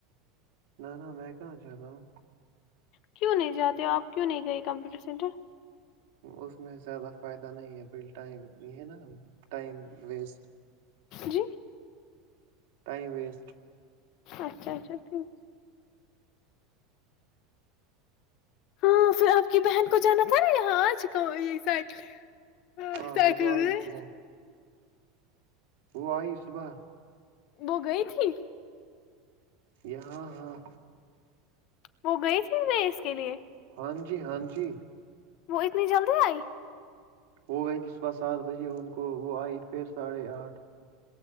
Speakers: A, on the right; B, on the left.
A: نہان میں کہاں جاہ گا ہوں
B: کیوں نہیں جاتے ہو آپ کیوں نہیں گئے کمپیوٹر سینٹر
A: اس میں زیادہ فائدہ نہیں ہے بال ٹائم یہ ہے نا ٹائم ویسٹ
B: جی <unintelligible>
A: ٹائم ویسٹ <unintelligible>
B: اچھا اچھا ٹھیک ہاں پھر آپ کی بہن کو جانا تھا نا یہاں آجکا یہی سائیکل ہ
A: ہاں
B: کیا
A: وہ
B: کر
A: تو
B: گ
A: آئی
B: <unintelligible>
A: صبح وہ آئی صبح
B: وہ گئی تھی
A: یہ ہاں ہاں
B: وہ گئی تھی میں اس کے لیے
A: ہاں جی ہاں جی
B: وہ اتنی جلدی آئی
A: ہو گئی ت صبح سات بجے ان کو وہ آئی پھر ساڑھے آٹھ